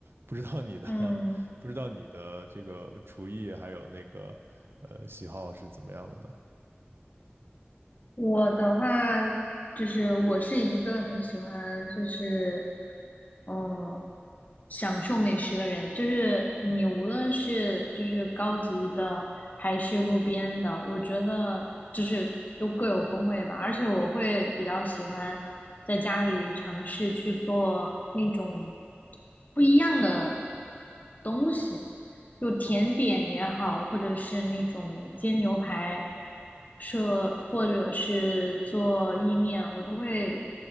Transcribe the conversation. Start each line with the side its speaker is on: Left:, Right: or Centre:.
Right: 不知道你的，
Left: 嗯，
Right: 不知道你的这个厨艺还有那个呃喜好是怎么样的呢？
Left: 我的话就是我是一个很喜欢就是嗯享受美食的人，就是你无论是就是高级的还是路边的，我觉得就是都各有风味吧。而且我会比较喜欢在家里尝试去做那种不一样的东西。就甜点也好，或者是那种煎牛排，是或者是做意面，我都会